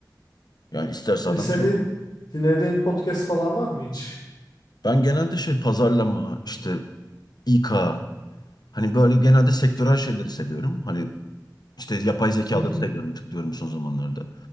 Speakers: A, on the left; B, on the left.
A: Yani isterse
B: E,
A: adam
B: senin
A: şey.
B: dinlediğin podcast falan var mı hiç?
A: Ben genelde şey pazarlama, işte İK, hani böyle genelde sektörel şeyleri seviyorum. Hani İşte yapay zekaları
B: <laughs> Hı hı,
A: seviyorum, tıklıyorum son zamanlarda.